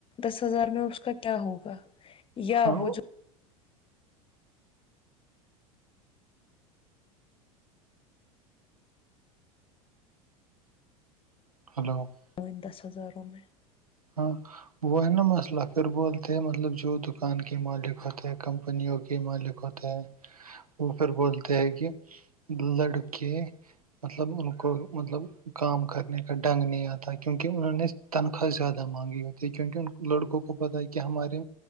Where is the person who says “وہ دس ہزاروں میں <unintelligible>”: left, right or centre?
Left